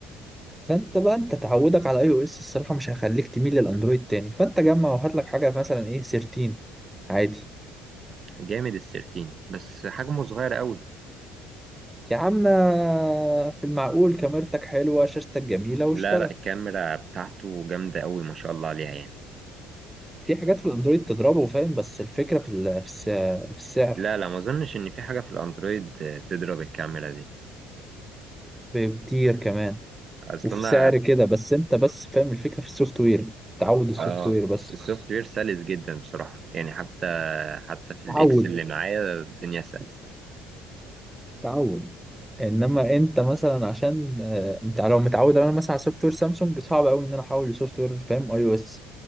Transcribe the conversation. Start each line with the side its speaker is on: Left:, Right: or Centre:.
Centre: فانت بقى انت تعودك على اي او اس الصراحه مش هيخليك تميل للاندرويد تاني فانت جمع وهات لك حاجه مثلا ايه سيرتين عادي
Right: جامد السيرتين بس حجمه صغير قوي
Centre: يا عم في المعقول كاميرتك حلوه شاشتك جميله واشتغل
Right: لا لا الكاميرا بتاعته جامده قوي ما شاء الله عليها يعني
Centre: في حاجات في الاندرويد تضربه فاهم بس الفكره في ال- في الس- في السعر
Right: لا لا ما اظنش ان في حاجه في الاندرويد تضرب الكاميرا دي
Centre: بكتير كمان
Right: اصلا
Centre: وفي سعر كده بس انت بس فاهم الفكره في السوفت وير تعود السوفت
Right: اه
Centre: وير بس
Right: السوفت وير سلس جدا بصراحة يعني حتى حتى في الاكس
Centre: تعود
Right: اللي معايا الدنيا سلسة
Centre: تعود انما انت مثلا عشان آه، متع- لو متعود انا مثلا على سوفت وير سامسونج صعب قوي ان انا احول لسوفت وير فاهم اي او اس